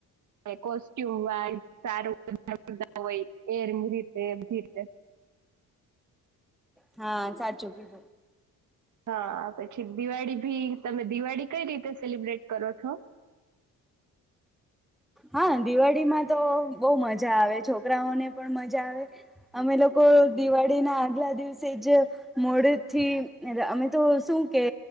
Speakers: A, on the right; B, in the centre.
A: કોસ્ટ્યુમ વા સાર હોય એ તે બથીર
B: હા, સાચું કીજ
A: હા, પછી દિવાળી ભી તમે દિવાળી કઈ રીતે સેલિબ્રેટ કરો છો?
B: હા દિવાળીમાં તો બહ મજા આવે છોકરાઓને પણ મજા આવે અમે લોકો દિવાળી ના આગલા દિવસે જ મોડ થી અમે તો શું કે